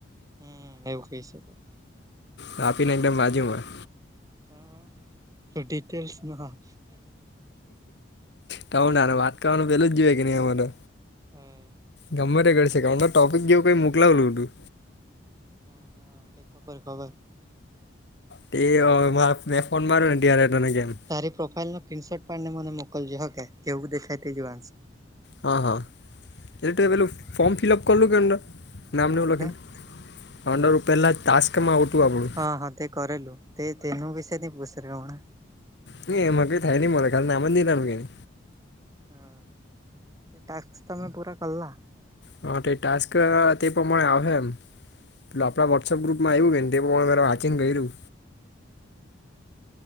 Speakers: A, on the right; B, on the left.
A: હમ એવું કઈ શકે.
B: વાપીને એકદમ બાજુમાં.
A: હા તો ડિટેલ્સમાં.
B: ત નાનો વાત કરવાનું પેલો જ જોએ કે ની એમા તો.
A: હમ.
B: ગમે તે કરી શકે અંદર ટોપિક જેવું કંઈ મોકલાવલું હતું.
A: હા હા તે ખબર ખબર.
B: તે અવે મે ફોન મારું ને ત્યારે તને કેમ.
A: તારી પ્રોફાાઈલ નો ક્રીનશોટ પાડને મને મોકલજે હકે કેવું દે તે જોવાનો છે.
B: હા હા એટલે તું એ પેલું ફોર્મ ફિલ્અપ કરલુ કે અંડર, નામ ને એવું
A: એટલે
B: લખીને? અંદર પહેલા જ. ટાસ્કમાં આવટું આપડું.
A: હા હા તે કર લું, તે તેનું વિશેની પૂછ હમણા.
B: ન એમાં કઈ થાય નઈ મળે ખા ના આમંદ નાનું કેને.
A: હા, તે ટાસ્ક તમે પૂરા કલા.
B: હા તો એ ટાસ્ક તે પ્રમાણે આવે એમ પે, આપણા વોટ્સઅપ ગ્રુપમાં આવ્યું કે. મે વાંચિંગ ગય્યું.